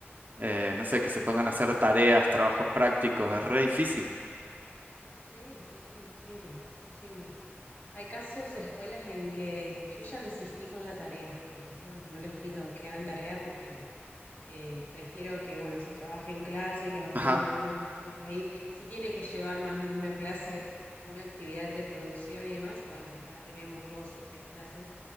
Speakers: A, on the right; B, on the left.
A: eh, no sé, que se pongan a hacer tareas, trabajos prácticos? Es re difícil.
B: Sí, sí, sí, posible, posible. Hay casos de escuelas en que yo ya desistí con la tarea. eh, no, no les pido que hagan tarea porque eh, prefiero que, bueno, se trabaje en clase, que abordemos
A: Ajá.
B: algunas cuestiones ahí. Si tiene que llevar más de una clase, una actividad de producción y demás, bueno, la tenemos dos o tres clases